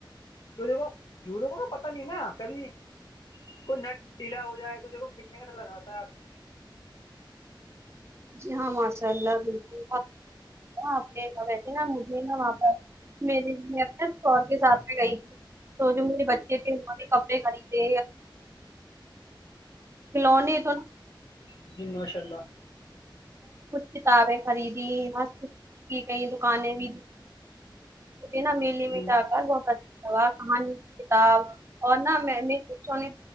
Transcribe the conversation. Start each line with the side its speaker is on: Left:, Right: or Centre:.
Left: تو دیکھو جھلو کا پتا نہیں ہے نا کبھی کوئی نٹ ڈیلا ہو جائے تو دیکو گننے ڈر لگا رہا ہے آج کل
Right: جی ہاں ماشاء اللہ بالکل آپ نے ویسے نا مجھے نا وہاں پر میری میں اپنےشوہر کے ساتھ میں گئی تھی تو جو میرے بچے تھے کپڑے خریدے <inaudible> کچھ
Left: کل جی ماشاء اللہ
Right: کتابیں خریدی بس کی کئی دکانیں بھی نا میلے
Left: جی
Right: میں جا کر بہت اچ کہانی کتاب اور نا مینے بچو کئی